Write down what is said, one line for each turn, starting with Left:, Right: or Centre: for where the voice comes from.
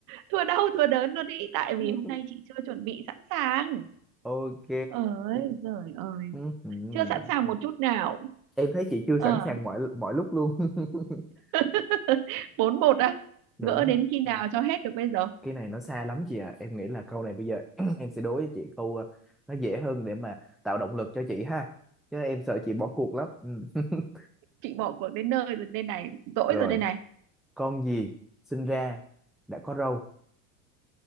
Right: thua đau thua đớn luôn ý tại
Centre: <laughs>
Right: vì hôm nay chị chưa chuẩn bị sẵn sàng
Centre: ok
Right: ơi giời ơi
Centre: Ừm, ừm.
Right: chưa sẵn sàng một chút nào
Centre: em thấy chị chưa
Right: ờ
Centre: sẵn sàng mọi mọi lúc luôn <laughs>
Right: <laughs> bốn một á
Centre: đúng
Right: gỡ đến khi nào cho hết được bây giờ
Centre: cái này nó xa lắm chị ạ em nghĩ là câu này bây giờ <clears throat> em sẽ đối với chị câu ờ, nó dễ hơn để mà tạo động lực cho chị ha chứ em sợ chị bỏ cuộc lắm Ừm. <laughs>
Right: chị bỏ cuộc đến nơi rồi đây này dỗi
Centre: rồi
Right: rồi đây này
Centre: con gì sinh ra đã có râu